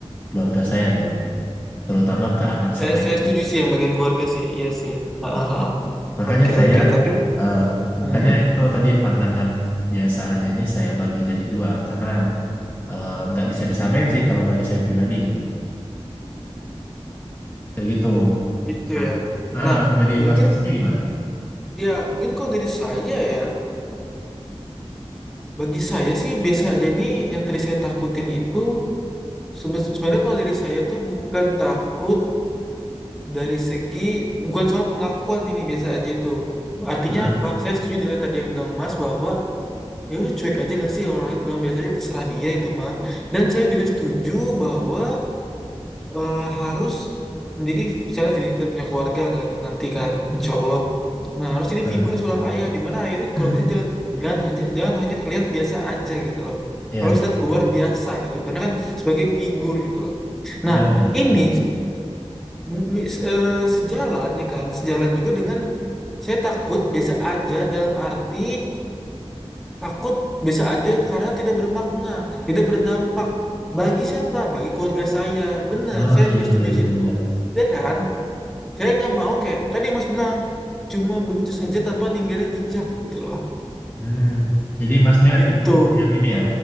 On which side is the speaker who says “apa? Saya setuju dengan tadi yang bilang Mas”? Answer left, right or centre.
Centre